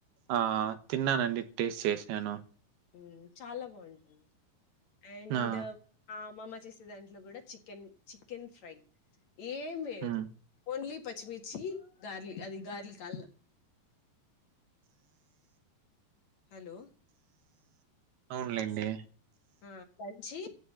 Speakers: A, on the right; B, on the left.
A: ఆ తిన్నానండి టేస్ట్ చేసినాను
B: ఉమ్ చాలా బాగుంటుంది అండ్
A: ఆ
B: ఆ అమ్మమ్మ చేసే దాంట్లో కూడా చికెన్ చికెన్ ఫ్రై ఏం లేదు
A: హ్మ్
B: ఓన్లీ పచ్చిమిర్చి గార్లి అది గార్లి కాళ్ళ హలో
A: అవునులేండి
B: ఆ దంచి